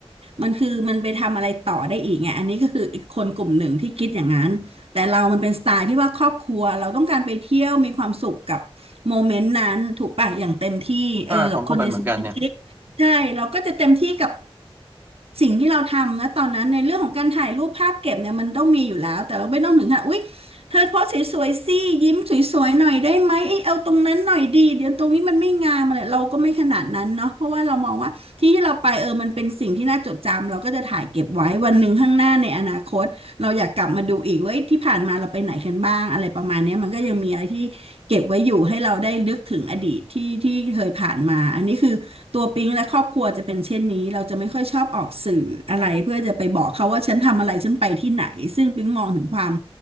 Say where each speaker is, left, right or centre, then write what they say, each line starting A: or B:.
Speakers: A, on the right (about 70°); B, on the right (about 20°).
A: มันคือมันไปทำอะไรต่อได้อีกไงอันนี้ก็คืออีกคนกลุ่มหนึ่งที่คิดอย่างนั้น แต่เรามันเป็นสไตล์ที่ว่าครอบครัวเราต้องการไปเที่ยวมีความสุขกับโมเมนต์นั้นถูกป่ะอย่างเต็มที่เออกับคนในสมาชิกใช่เราก็จะเต็มที่กับ
B: ถ้าผมก็ไปเหมือนกันเนี่ย
A: สิ่งที่เราทำนะตอนนั้นในเรื่องของการถ่ายรูปภาพเก็บเนี่ยมันต้องมีอยู่แล้วแต่เราไม่ต้องถึงขนาดอุ๊ยเธอโพสสวยๆสิยิ้มสวยๆหน่อยได้ไหมเอ้ยเอาตรงนั้นหน่อยดีเดี๋ยวตรงนี้มันไม่งามอะไรเราก็ไม่ขนาดนั้นเนาะเพราะว่าเรามองว่าที่ที่เราไปเออมันเป็นสิ่งที่น่าจดจำเราก็จะถ่ายเก็บไว้วันหนึ่งข้างหน้าในอนาคต เราอยากกลับมาดูอีกว่าที่ผ่านมาเราไปไหนกันบ้างอะไรประมาณเนี้ยมันก็ยังมีอะไรที่เก็บไว้อยู่ให้เราได้นึกถึงอดีตที่ที่เคยผ่านมาอันนี้คือตัวปิ๊งและครอบครัวจะเป็นเช่นนี้เราจะไม่ค่อยชอบออกสื่ออะไรเพื่อจะไปบอกเขาว่าฉันทำอะไรฉันไปที่ไหนซึ่งปิ๊งมองถึงความ